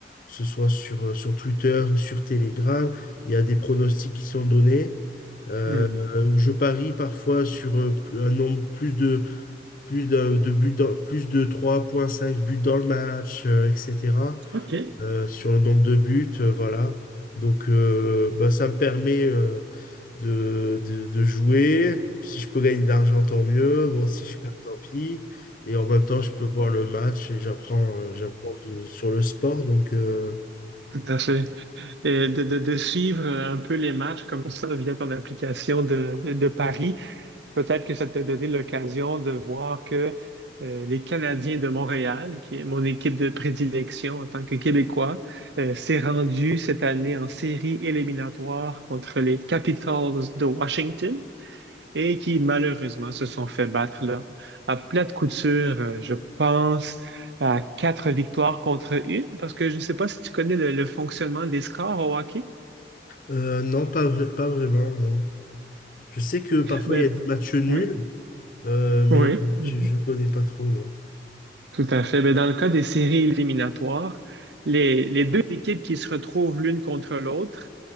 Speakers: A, on the left; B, on the right.
A: que ce soit sur, euh, sur Twitter ou sur Telegram, il y a des pronostics qui sont donnés. Euh,
B: Hmm.
A: où je parie parfois sur euh, pl- un nombre plus de plus de, de buts dans- plus de trois virgule cinq buts dans le match, euh, etc.
B: OK.
A: euh, sur le nombre de buts, euh, voilà. Donc euh, bah, ça me permet euh, de, de, de jouer. Si je peux gagner de l'argent, tant mieux. Bon, si je perds, tant pis. Et en même temps, je peux voir le match et j'apprends euh, j'apprends du- sur le sport. Donc, euh,
B: Tout à fait. Et de, de- de suivre un peu les matchs comme ça via ton application de, de, de paris. Peut-être que ça t'a donné l'occasion de voir que euh, les Canadiens de Montréal, qui est mon équipe de prédilection en tant que Québécois, euh, s'est rendu cette année en série éliminatoire contre les Capitals de Washington et qui malheureusement se sont fait battre là, à plate couture, euh, je pense. à quatre victoires contre une, parce que je ne sais pas si tu connais le, le fonctionnement des scores au hockey.
A: Euh, non, pas vrai- pas vraiment, non. Je sais que parfois
B: Ben,
A: il y a des matchs nuls,
B: Ouais.
A: euh, mais
B: oui. Oui.
A: je, je connais pas trop, non.
B: Tout à fait. Ben, dans le cas des séries éliminatoires, les, les deux équipes qui se retrouvent l'une contre l'autre,